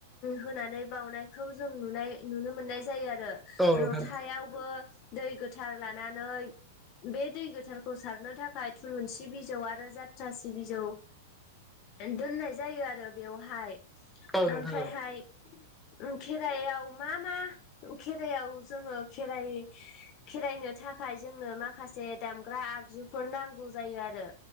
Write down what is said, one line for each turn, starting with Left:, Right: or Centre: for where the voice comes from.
Left: होनानै बावनायखौ जों नुनाय नुनो मोननाय जायो आरो
Centre: औ नोंथां
Left: लथायावबो दै गोथार लानानै बे दै गो थारखौ सारनो थाखाय थुलुंसि बिजौ आरो जत्रासि बिजौ दोननाय जायो आरो बेवहाय
Centre: औ नोंथां
Left: ओमफ्रायहाय खेराइआव मा मा खेराइायाव जोङो खेराइ खेराइनो थाखाय जोंनो माखासे दामग्रा आगजुफोर नांगौ जायो आरो